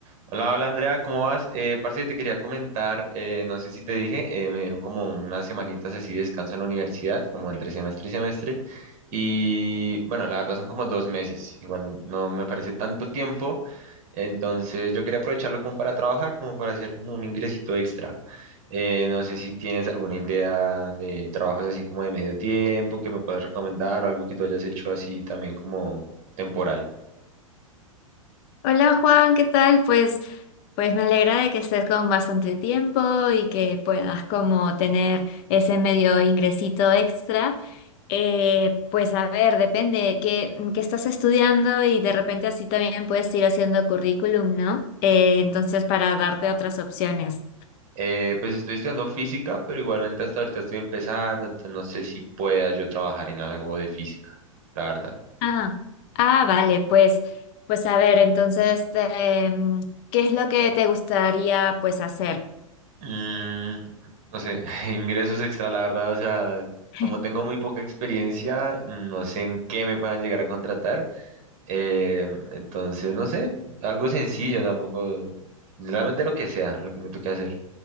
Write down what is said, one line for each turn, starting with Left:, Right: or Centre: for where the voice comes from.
Right: Hola, hola Andrea, ¿cómo vas? Eh, parce, te quería comentar, eh, no sé si te dije, eh, me dieron como unas semanitas así de descanso en la universidad, como entre semestre y semestre, y bueno, la verdad son como dos meses, igual no me parece tanto tiempo, entonces yo quería aprovecharlo como para trabajar, como para hacer como un ingresito extra. Eh, no sé si tienes alguna idea de trabajos así como de medio tiempo que me puedas recomendar o algo que tú hayas hecho así también como temporal.
Left: Hola Juan, ¿qué tal? Pues, pues me alegra de que estés con bastante tiempo y que puedas como tener ese medio ingresito extra. Eh, pues a ver, depende qué, qué estás estudiando y de repente así también puedes ir haciendo currículum, ¿no? Eh, entonces para darte otras opciones.
Right: Eh, pues estoy estudiando física, pero igualmente hasta ahorita estoy empezando, entonces no sé si pueda yo trabajar en algo de física, la verdad.
Left: Ah, ah, vale, pues, pues a ver, entonces, este, ¿qué es lo que te gustaría pues hacer?
Right: Mm, no sé, <laughs> ingresos extra, la verdad, o sea,
Left: <laughs>
Right: como tengo muy poca experiencia, no sé en qué me puedan llegar a contratar. eh, entonces, no sé, algo sencillo tampoco, realmente lo que sea, lo que me toque hacer.